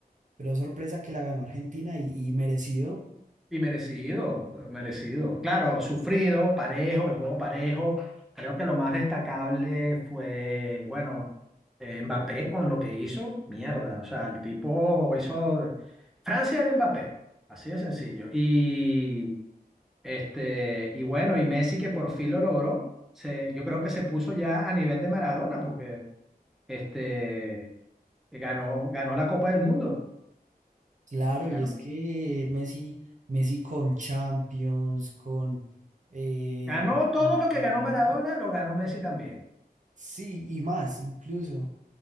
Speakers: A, on the right; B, in the centre.
A: pero sorpresa que la ganó Argentina y, y merecido.
B: Y merecido, merecido. Claro, sufrido, parejo, el juego parejo. Creo que lo más destacable fue, bueno, eh, Mbappé con lo que hizo, mierda. O sea, el tipo hizo... Francia era Mbappé, así de sencillo. Y, este, y bueno, y Messi que por fin lo logró. Se, yo creo que se puso ya a nivel de Maradona porque este, ganó, ganó la Copa del Mundo.
A: Claro,
B: Ganó,
A: y es que Messi, Messi con Champions, con... eh,
B: ganó todo
A: Mundial,
B: lo que ganó Maradona, lo ganó Messi también.
A: sí, y más incluso.